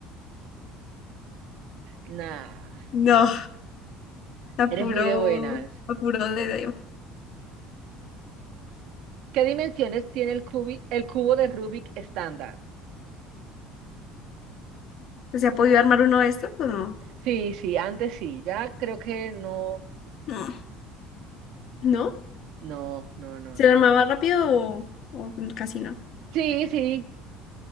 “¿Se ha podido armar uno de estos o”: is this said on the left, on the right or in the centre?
Left